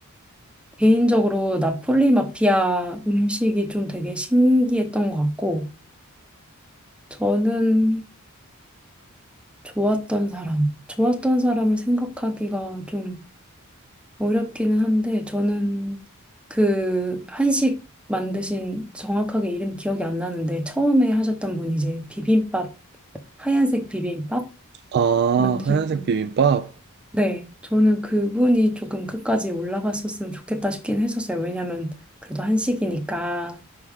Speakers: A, in the centre; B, on the right (about 50°).
A: 개인적으로 나폴리 마피아 음식이 좀 되게 신기했던 것 같고, 저는 좋았던 사람, 좋았던 사람을 생각하기가 좀 어렵기는 한데 저는 그 한식 만드신 정확하게 이름 기억이 안 나는데 처음에 하셨던 분이 이제 비빔밥 하얀색 비빔밥
B: 아,
A: 만드셨던
B: 하얀색 비빔밥?
A: 네 저는 그분이 조금 끝까지 올라갔었으면 좋겠다 싶긴 했었어요 왜냐면 그래도 한식이니까